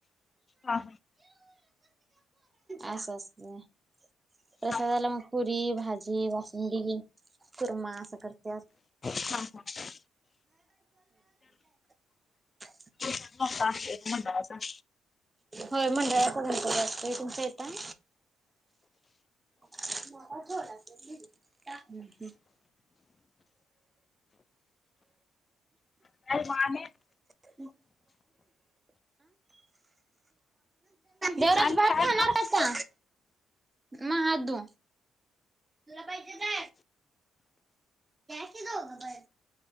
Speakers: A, on the left; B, on the right.
A: हा.
B: असं असतय, प्रसादला
A: हा
B: मग पुरी, भाजी, बासुंंदी कुर्मा असं करत्यात.
A: हा हा
B: <unintelligible> <inaudible>
A: <unintelligible> मंडळाच <inaudible>
B: होय, मंडळाचा गणपती असतोय, तुमच्या इथ हाय? <inaudible> हम हम.
A: <unintelligible> <inaudible>
B: <unintelligible> <inaudible> देवराज
A: आणि
B: भात
A: काय
B: खाणार
A: मग म्हटलं
B: कासा, म हात धू. तुला पाहिजे काय? घ्या की दोघ पण